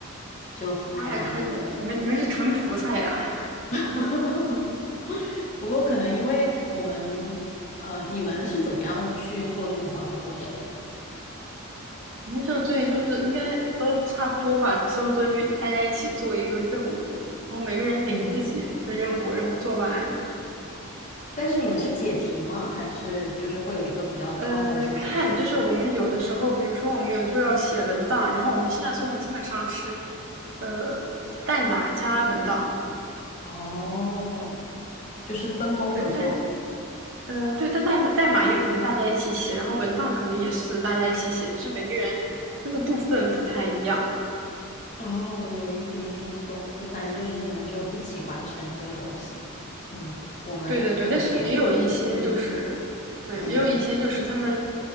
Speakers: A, on the left; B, on the right.
A: 就还蛮那个的。
B: 妈呀，纯你们你们是纯菩萨呀！
A: <laughs> 哈哈，不过可能因为我们，呃，你们是怎么样去做这个小组作业的呀？
B: 你们小组作业就是应该都差不多吧？就小组作业就大家一起做一个任务，然后每个人领自己的任务，
A: 嗯，
B: 然后做完。
A: 但是你们是解题吗？还是就是会有一个比较创造性的一些？
B: 呃，看就是我们有的时候，比如说我们有的时候要写文档，然后我们现在做的基本上是，呃，代码加文档。
A: 哦，就是分工合作。
B: 对代呃对，但代码代码也可能大家一起写，然后文档肯定也是大家一起写，只是每个人分的部分不太一样。
A: 哦，我有一点点懂，就反正就是你们就一起完成这个东西。嗯，我们可能也，
B: 对对对，但是也有一些就是，
A: 嗯
B: 对，
A: 嗯
B: 也有一些就是他们